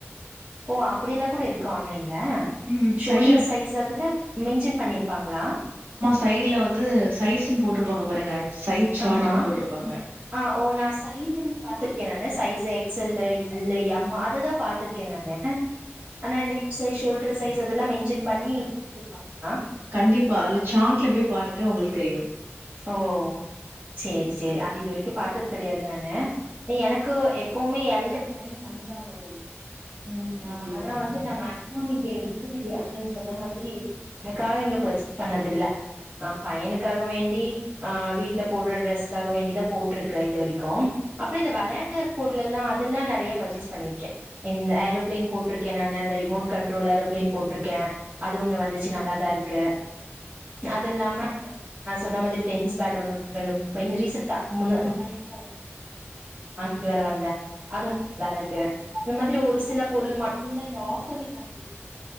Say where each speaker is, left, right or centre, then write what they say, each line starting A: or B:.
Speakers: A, on the right; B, on the right.
A: ஓ அப்படியெல்லா கூட இருக்கா ஆன்லைன்ல
B: ம்
A: ஷோல்டர்
B: சைட்ல
A: சைஸ் அதுல மென்ஷன் பண்ணிருப்பாங்க ங்களா
B: சைடுல வந்து சைஸ்ன் போட்டுருப்பாங்க பாருங்க சைஸ் சார்ட்டுன்னு
A: அம்மா
B: போட்ருப்பாங்க
A: ஆ ஓ நா சைஸீன் பாத்துருக் க்கே நானு சைஸ் எக்சல்லு எல்லு எம் அதுதா பாத்துருக்கே நானு ஆனா இந்த ஹிப் சைஸ் ஷோல்டர் சைஸ் அதெல்லாம் மென் ஷன் பண்ணி குடுத்துருப்பாங்க
B: கண்டிப்பா அது சாட்ல போய் பாருங்க உங்களுக்கு தெரியும்
A: ஓ சேரி சேரி அது இது வரைக்கும் பா்த்தது கிடையாது நானு எனக்கு எப்பவுமே எல் இல்ன்னா எம் தான் வரு ஹம்
B: ஓகே
A: ஆனா
B: ஓகே
A: வந்து நான் இங்க எடுத்தத அப்படின்னு சொன்ன மாதிரி எனக்காக இங்க பர்ச்சேஸ் பண்ணதில்ல ஆஹ பையனுக்காக வேண்டி ஆஹ் வீட்டுல போடுற ட்ரெஸ்க்காக வேண்டிதான் போட்டிருக்கேன் இது வரைக்கும் அப்புறம் இந்த விளையாட்டு பொருள் எல்லாம் அதெல்லாம் நறைய பர்ச்சேஸ் பண்ணிருக்கேன் இந்த ஏரோப்பிளைன் போட்டிருக்கேன் நான் அந்த ரிமோட் கண்ட்ரோல் ஏரோப்பிளைன் போட்டிருக்கேன் அது ஒண்ணு வந்துச்சு நல்லாதான் இருக்கு அது இல்லாம நான் சொன்ன மாதிரி டென்னிஸ் பேட் ஒண்ணு ரிசென்ட்அ முந்தாநேத்து தான் வாங்கிட்டு வர வந்தேன் அது ஒண்ணு நல்லா இருக்கு அந்த மாதிரி ஒரு சில பொருள் மட்டும்தான் இந்த ஆபர்ல நான் போட்டுக்கேன்